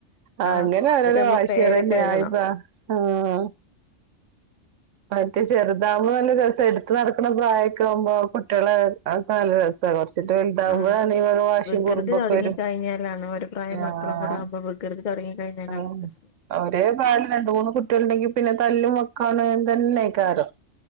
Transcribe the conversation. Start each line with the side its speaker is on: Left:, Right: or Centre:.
Right: അങ്ങനെരോരോ
Left: ആ എന്നിട്ട് നമ്മ
Right: വാശിയാണ്
Left: പേരൊക്കെ എഴുതണം
Right: ആ പ്പ ആഹ് മറ്റേ ചെറുതാകുമ്പോ നല്ല രസ ഇട്ത്ത് നടക്ക്ണ പ്രായൊക്കാകുമ്പോ കുട്ട്യാളെ നല്ല രസ കൊറ ച്ചിട്ട് വെലുതാവുക
Left: ആ
Right: വാഷിം
Left: വികൃതി
Right: കുറുമ്പൊക്കെ
Left: തുടങ്ങി
Right: വെരും
Left: കഴിഞ്ഞാലാണ് ഒരു പ്രായം
Right: ആഹ്
Left: മക്കളും കൂടെ ആകുമ്പോ വികൃതി തുടങ്ങി കഴിഞ്ഞാലാണ്
Right: ആഹ്
Left: പ്രശ്നം
Right: അവര് <unintelligible> രണ്ട് മൂന്ന് കുട്ട്യാള്ണ്ടെങ്കി പിന്നെ തല്ല് മൊ <unintelligible>